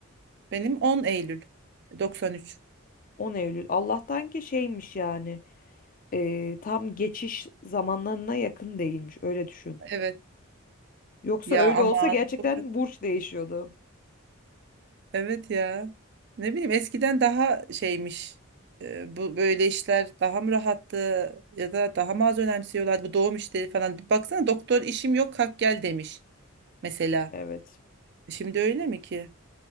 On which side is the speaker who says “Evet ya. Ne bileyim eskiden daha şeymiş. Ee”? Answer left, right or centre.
Right